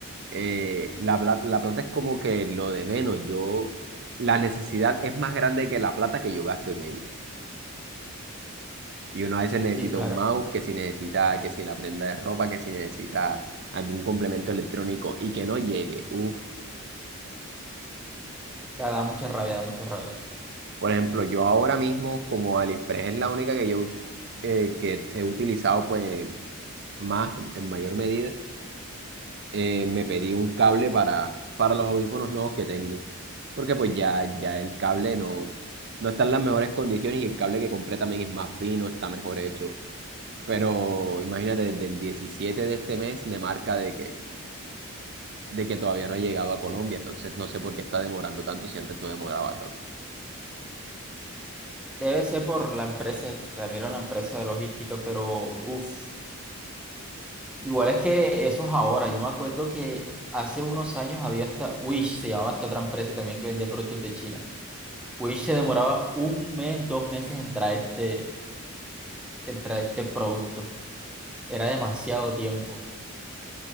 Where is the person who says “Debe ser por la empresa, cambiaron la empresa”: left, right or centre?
Centre